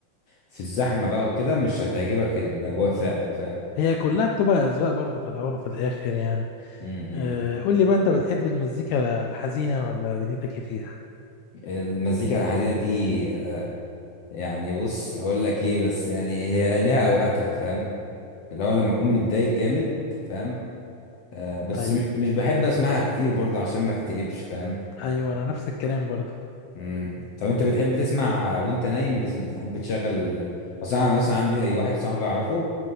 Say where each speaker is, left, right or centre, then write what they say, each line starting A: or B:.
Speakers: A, on the left; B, on the left.
A: في الزحمه بقى وكده مش هتعجبك الاجواء فعلا فاهم
B: هي كلها بتبقى اذواق برضه في الاول وفي الاخر يعني
A: م-
B: أه
A: م.
B: قول لي بقى انت بتحب المزيكا الحزينه ولا دنيتك إيه فيها
A: المزيكا الحزينه دي آه، يعني بص اقول لك ايه بس يعني هي ليها اوقاتها فاهم اللي هو لما اكون متضايق جامد فاهم آه بس
B: ايوه
A: مش مش بحب اسمعها كتير برضه عشان ما اكتئبش فاهم
B: ايوه انا نفس الكلام برضو
A: مم. طب انت بتحب تسمع وانت نايم بس بتحب تشغل اصل انا مثلا عندي واحد صاحبي اعرفه